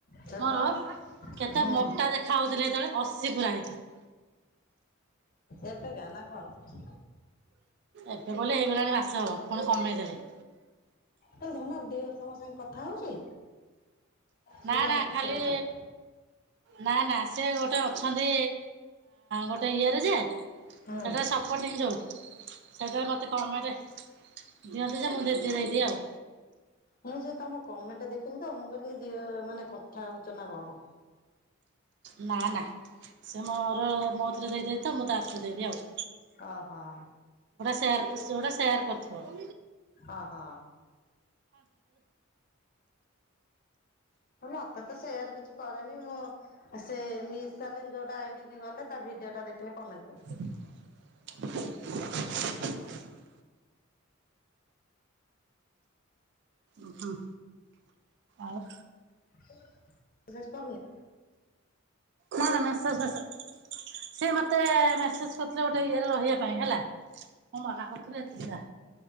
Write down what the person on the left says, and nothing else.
ସେ
ହଁ
ହୁଁ
ଏବେକା ନା କଣ?
ହେ ଧନ ଡିଅର୍ ତମ ସାଙ୍ଗେ କଥା ହଉଛି? ସୁଲୋଚନା
ସୁଲୋଚନା
ହୁଁ।
ମୁଁ ସେ ତମ କମେଣ୍ଟ ଦେଖିଲି ତ ମୁଁ କହିଲି ଦିଅର ମାନେ କଥା ହଉଛ ନା କଣ?
ଓହୋ।
ଓହୋ ମତେ ତ ସେୟାର କିଛି କରେନି ମୁଁ ସେ ମିସ୍ ଚାଲି ଯୋଉଟା ଆଇଡି କି ଗଲେ ତା ଭିଡିଓ ଟା ଦେଖିଲେ କମେଣ୍ଟ କର
<inaudible> ମେସେଜ କରୁନି।